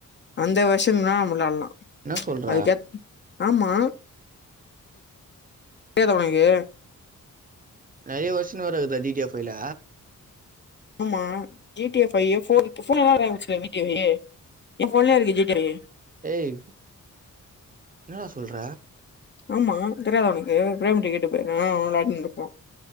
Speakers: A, on the left; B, on the right.
A: அந்த வர்ஷன்னா நம்ம விளாட்லா
B: என்ன சொல்ற
A: அதுக்கேத் ஆமா தெரியாத உனக்கு
B: நெறைய வர்ஷன் வருதா டி டி எஃப் ஃபைவ்ல
A: ஆமா ஜி டி எஃப் ஐ போ ஃபோன் எல்லா வர ஆரம்பிச்சிட்டு ஜீ டி எஃப் ஐ எ ஃபோன்லே இருக்கு ஜி டி ஐ
B: ஏய் என்னடா சொல்ற
A: ஆமா தெரியாதா உனக்கு பிரேம் கிட்ட கேட்டு பாரு நானு அவனு வெளயாட்னு இருக்கோ